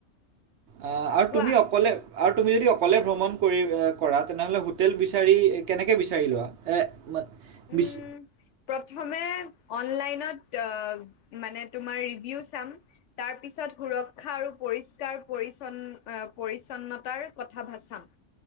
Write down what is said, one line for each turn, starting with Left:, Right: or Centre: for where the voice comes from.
Right: আ আৰু
Left: কোৱা।
Right: তুমি অকলে আৰু তুমি যদি অকলে ভ্ৰমণ কৰি কৰা তেনেহ'লে হোটেল বিচাৰি কেনেকে বিচাৰি লোৱা। এ মান
Left: উম,
Right: বিশ
Left: প্ৰথমে অনলাইনত মানে তোমাৰ ৰিভিউ চাম। তাৰ পিছত সুৰক্ষা আৰু পৰিষ্কাৰ-পৰিছন্ন পৰিচ্ছন্নতাৰ কথা ভা চাম।